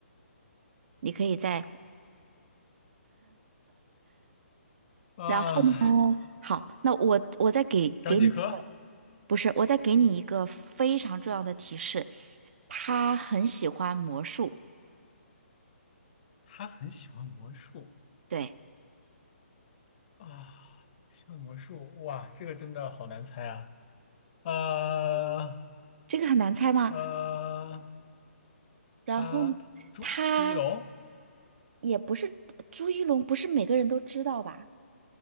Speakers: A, on the right; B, on the left.
A: 你可以再，
B: 啊，
A: 然后好，那我我再给给你。
B: 张继科
A: 不是，我再给你一个非常重要的提示，他很喜欢魔术。
B: 他很喜欢魔术
A: 对，
B: 啊，喜欢魔术，哇，这个真的好难猜啊，呃
A: 这个很难猜吗？
B: 呃，
A: 然后呢他
B: 他朱朱一龙，
A: 也不是朱一龙，不是每个人都知道吧？